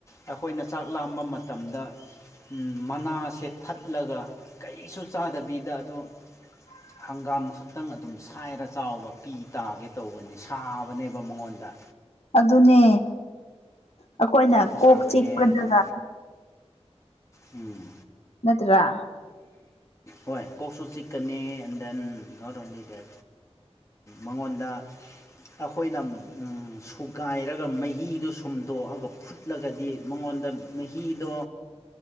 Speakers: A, on the left; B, on the left.
A: ꯑꯩꯈꯣꯏꯅ ꯆꯥꯛ ꯂꯥꯝꯕ ꯃꯇꯝꯗ ꯃꯅꯥꯁꯦ ꯊꯠꯂꯒ ꯀꯩꯁꯨ ꯆꯥꯗꯕꯤꯗ ꯑꯗꯨ
B: <inaudible>
A: ꯍꯪꯒꯥꯝ ꯈꯛꯇꯪ ꯑꯗꯨꯝ ꯁꯥꯏꯔ ꯆꯥꯎꯕ ꯄꯤ ꯇꯥꯒꯦ ꯇꯧꯕꯅꯦ ꯁꯥꯕꯅꯦꯕ ꯃꯉꯣꯟꯗ
B: ꯑꯗꯨꯅꯦ ꯑꯩꯈꯣꯏꯅ
A: ꯁꯥꯁꯨ ꯁꯥꯕꯅꯦ
B: ꯀꯣꯛ ꯆꯤꯛꯄꯗꯒ
A: ꯑꯗꯣ ꯎꯝ
B: ꯅꯠꯇ꯭ꯔꯥ
A: ꯍꯣꯏ ꯀꯣꯛꯁꯨ ꯆꯤꯛꯀꯅꯤ and then not only that ꯃꯉꯣꯟꯗ ꯑꯩꯈꯣꯏꯅ ꯁꯨꯒꯥꯏꯔꯒ ꯃꯍꯤꯗꯨ ꯁꯨꯝꯗꯣꯛꯑꯒ ꯐꯨꯠ ꯐꯨꯠꯂꯒꯗꯤ ꯃꯉꯣꯟꯗ ꯃꯍꯤꯗꯣ